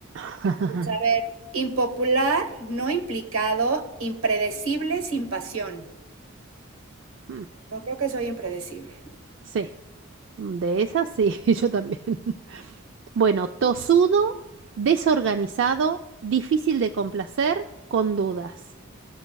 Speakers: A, on the right; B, on the right.
A: <laughs>
B: Pues, a ver, impopular, no implicado, impredecible, sin pasión.
A: Mm,
B: No creo que soy impredecible.
A: Sí, de esas sí, <laughs> yo también. Bueno, tosudo, desorganizado, difícil de complacer, con dudas.